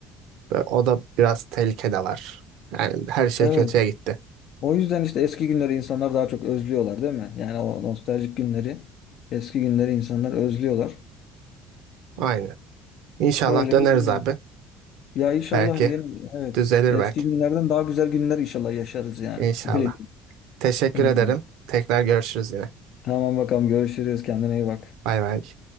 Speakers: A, on the right; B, on the left.
A: Ve o da biraz tehlike de var. Yani her şey
B: evet.
A: kötüye gitti.
B: O yüzden işte eski günleri insanlar daha çok özlüyorlar değil mi? Yani o nostaljik günleri, eski günleri insanlar özlüyorlar.
A: Aynen. İnşallah
B: Öyle
A: döneriz
B: bir durum.
A: abi.
B: Ya inşallah
A: Belki
B: yeni evet
A: düzelir
B: eski
A: belki.
B: günlerden daha güzel günler inşallah yaşarız yani.
A: İnşallah.
B: <laughs> Öyle diyeyim.
A: Teşekkür
B: Evet.
A: ederim. Tekrar görüşürüz yine.
B: Tamam bakalım görüşürüz kendine iyi bak.
A: Bay bay.